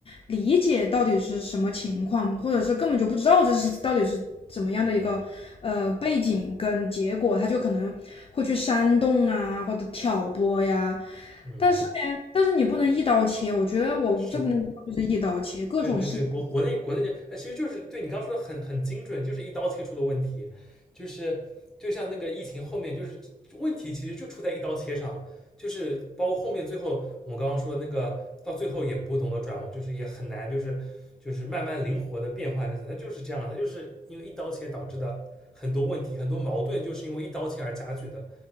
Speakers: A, on the left (about 40°); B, in the centre.
A: 理解到底是什么情况，或者是根本就不知道这是到底是怎么样的一个呃背景跟结果，他就可能会去煽动啊，或者挑拨呀。
B: 嗯，
A: 但是呢，但是你不能一刀切，我觉得我这部就是一刀切，
B: 是的。
A: 各种事情，
B: 对对对，国国内国内就，哎，其实就是对你刚刚说的很很精准，就是一刀切出的问题，就是就像那个疫情后面，就是问题其实就出在一刀切上，就是包括后面最后我刚刚说的那个，到最后也不懂得转，就是也很难，就是就是慢慢灵活的变换日子，它就是这样，它就是因为一刀切导致的很多问题，很多矛盾就是因为一刀切而加剧的，